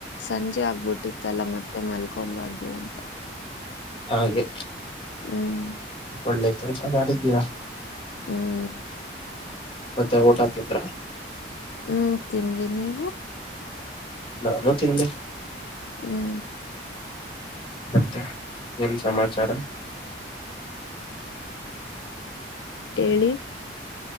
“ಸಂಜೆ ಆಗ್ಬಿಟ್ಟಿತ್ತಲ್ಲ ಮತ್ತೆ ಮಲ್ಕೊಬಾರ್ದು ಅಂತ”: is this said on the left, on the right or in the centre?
Left